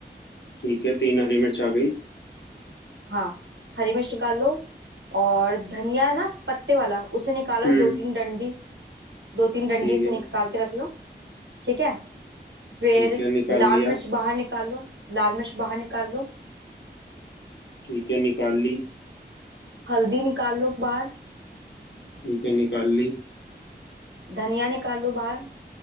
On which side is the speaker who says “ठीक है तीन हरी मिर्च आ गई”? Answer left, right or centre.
Left